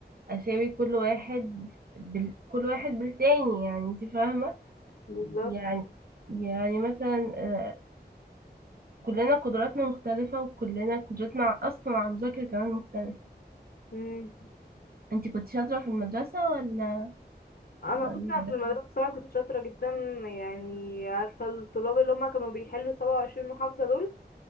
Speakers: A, on the right (about 60°); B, on the left (about 60°).
A: أساوي كل واحد بال... كل واحد بالتاني يعني أنت فاهمة
B: بالظبط
A: يعني يعني مثلا آه، كلنا قدراتنا مختلفة وكلنا قدرتنا أصلا على المذاكرة كمان مختلفة
B: مم.
A: أنت كنت شاطرة في المدرسة ولا
B: انا
A: ولا
B: بص أنا في المدرسه بصراحه كنت شاطره جدا يعني عارفه الطلاب اللي هم كانوا بيحلوا 27 محافظه دول